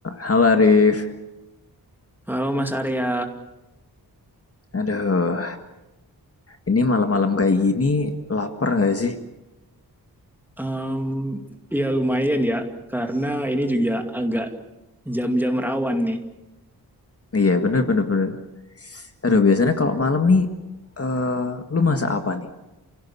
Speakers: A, on the left (about 40°); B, in the centre.
A: Halo Arif,
B: Halo Mas Arya,
A: aduh, ini malam-malam kayak gini lapar nggak sih?
B: Em, ya lumayan ya, karena ini juga agak jam-jam rawan nih.
A: Iya bener bener bener. Aduh biasanya kalau malam nih, eh lu masak apa nih?